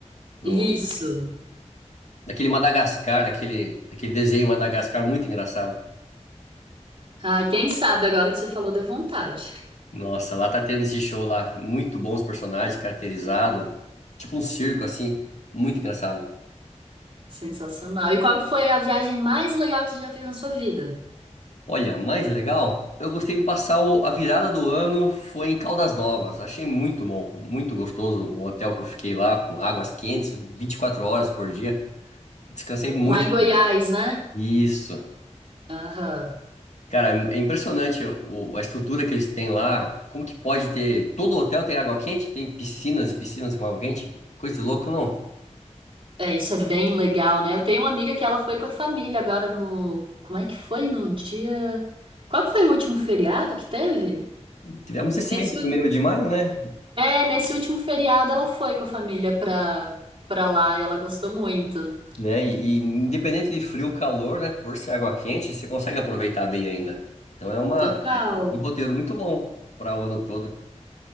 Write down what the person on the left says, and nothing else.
do
daquele Madagascar, daquele, daquele desenho Madagascar muito engraçado.
Nossa, lá tá tendo esse show lá. Muito bons personagens, caracterizado, tipo um circo assim, muito engraçado.
Olha, mais legal, eu gostei de passar o- a virada do ano foi em Caldas Novas. Achei muito bom, muito gostoso o hotel que eu fiquei lá, com águas quentes, 24 horas por dia. Descansei muito
com ele.
Isso.
Cara, é é impressionante o- a estrutura que eles têm lá. Como que pode ter. Todo hotel tem água quente? Tem piscinas e piscinas com água quente? Coisa de louco, não.
Tivemos esse
mês, primeiro de maio, né?
né? E, e independente de frio ou calor, né? Por ser água quente, você consegue aproveitar bem ainda. Então é uma
é um um roteiro muito bom para o ano todo.